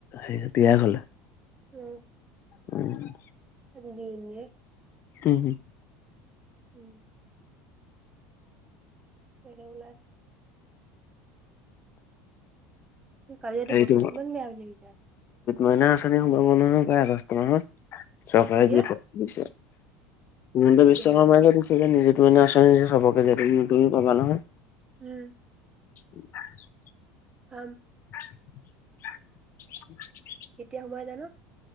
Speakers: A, on the left; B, on the right.
A: সেই বিয়া ঘৰলে-
B: উম-
A: উ-
B: আ নিনে-
A: উম-
B: উম যাব ওলাই‌ আছে- কালি ৰাতি
A: হেৰী
B: বতৰটো
A: টো-
B: কিমান বেয়া বুলি আহিছে
A: মইনা আঁচনি সোমাব নহয় প্ৰায় আগষ্ট মাহত চৰকাৰে
B: কেতিয়া
A: দি পছে- হিমন্ত
B: কেতিয়া
A: বিশ্ব
B: সোমাম
A: শৰ্মাই যে দিছে যে নিযুত মইনা আচনি যে চবকে যে তুমি পাবা নহয়-
B: উম-
A: উম- <unintelligible>
B: অম <unintelligible>
A: <unintelligible>
B: কেতিয়া সোমাই জানো?